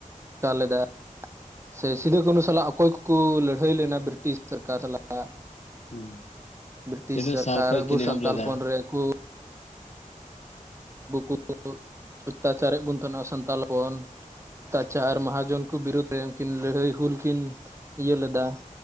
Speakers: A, on the right; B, on the left.
A: ᱪᱤᱠᱟ ᱞᱮᱫᱟ ᱥᱮ ᱥᱤᱫᱩᱼ ᱠᱟᱹᱱᱦᱩ ᱥᱟᱞᱟᱜ ᱚᱠᱚᱭ ᱠᱚᱠᱚ ᱞᱟᱹᱲᱦᱟᱹᱭ ᱞᱮᱱᱟ ᱵᱨᱤᱴᱤᱥ ᱥᱚᱨᱠᱟᱨ ᱥᱟᱞᱟᱜ
B: ᱦᱩᱸ
A: ᱵᱨᱤᱴᱤᱥ
B: ᱛᱤᱱᱟᱹᱜ
A: ᱥᱚᱨᱠᱟᱨ
B: ᱥᱟᱞ ᱠᱷᱚᱡ
A: ᱟᱵᱚ
B: ᱠᱤᱱ
A: ᱥᱟᱱᱛᱟᱞ
B: ᱮᱦᱚᱵ ᱞᱮᱫᱟ
A: ᱦᱚᱯᱚᱱ ᱨᱮᱱ ᱠᱚ <unintelligible> ᱚᱛᱛᱟᱪᱟᱨᱮᱫ ᱵᱚᱱ ᱛᱟᱦᱮᱱᱟ ᱥᱟᱱᱛᱟᱞ ᱦᱚᱯᱚᱱ ᱚᱛᱛᱟᱪᱟᱨ ᱢᱟᱦᱟᱡᱚᱱ ᱠᱚ ᱵᱤᱨᱩᱫᱽ ᱨᱮ ᱠᱤᱱ ᱞᱟᱹᱲᱦᱟᱹᱭ ᱦᱩᱞ ᱠᱤᱱ ᱤᱭᱟᱹ ᱞᱮᱫᱟ